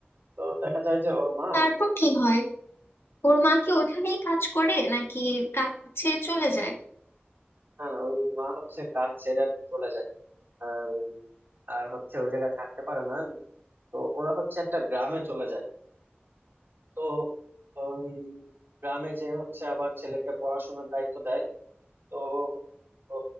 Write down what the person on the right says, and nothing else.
তো দেখা যায় যে ওর মা
না না ওই মা হচ্ছে কাজ ছেড়ে আর কি চলে যায় আর আর হচ্ছে ওই জায়গায় থাকতে পারে না তো ওরা হচ্ছে একটা গ্রামে চলে যায় তো ওই গ্রামে যে হচ্ছে আবার ছেলেকে পড়াশোনার দায়িত্ব দেয় তো ও